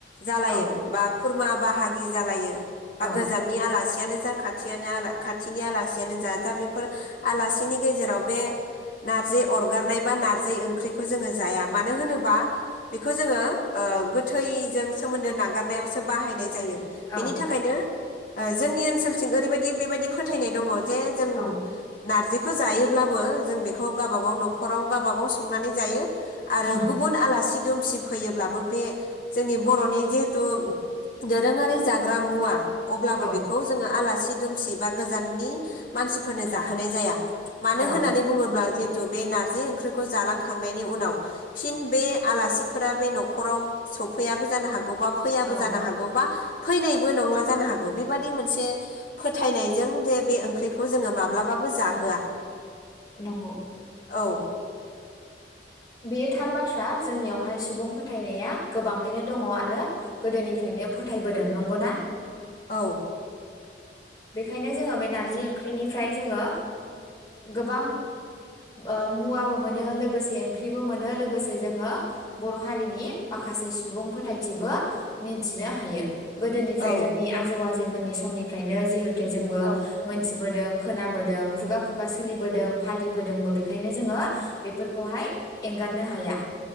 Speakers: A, on the left; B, on the left.
A: जालायो
B: औ
A: बा खुरमा बाहागि जालायो। बा
B: औ
A: गोजाननि आलासि नो जा खाथियानो आला खाथिनि आलासियानो जा दा बेफोर आलासिनि गेजेराव बे नार्जि अरगारनाय बा नार्जि ओंख्रिखौ जोङो जाया मानो होनोबा बेखौ जोङो ओ गोथैजों सोमोन्दो नागारनायावसो बाहायनाय जायो।
B: औ
A: बेनि थाखायनो। ओह जोंनि ओनसोलथिं ओरैबायदि बेबायाददि फोथायनाय दङ। जे जों।
B: औ
A: नारजिखौ जायोब्लाबो जों बेखौ गाबागाव नखराव गाबागाव संनानै जायो। आरो
B: उम
A: गुबुन आलासि दु सि फैयोब्लाबो बे जोंनि बर'नि जिहेथु दोरोङारि जाग्रा मुवा अब्लाबो
B: औ
A: बेखौ जोङो आलासि दुमसि बा गोजाननि मानसिफोरनो जाहोनाय जाया। मानो
B: औ
A: होननानै बुङोब्ला जे थु बे नारजि ओंख्रिखौ जालांखांनायनि उनाव फिन बे आलासिफोरा बे नखराव सौफैयाबो जानो हागौ बा फैयाबो
B: औ
A: जानो हागौ बा फैनायबो नङा जानो हागौ बेबादि मोनसे फोथायनायजों जे बे ओंख्रिखौ जोङो माब्लाबाबो जाहोआ।
B: नंगौ।
A: औ
B: बेयो थार बाथ्रा जोंनियावहाय सुबुं फोथायनाया गोबाङैनो दङ आरो गोदोनिफ्रायनो फोथायबोदों नंगौना।
A: औ।
B: बेखायनो जोङो बे नारजि ओंख्रिनिफ्राय जोङो गोबां ओ मुवाबो मोनो लोगोसे ओं ख्रिबो मोनो लोगोसे जोङो बर' हारिनि माखासे सुबुं फोथायथिबो मिथिनो हायो। गोदोनिफ्राय
A: औ
B: जोंनि आजौ आ जै मोननि समनिफ्रायनो जिहोथ थे जोंबो
A: औ
B: मोनथिबोदों खोनाबोदों खुगा खुगा सोलिबोदों फालिबोदोंबो बेखायनो जोङो बेफोरखौहाय एंगारनो हाया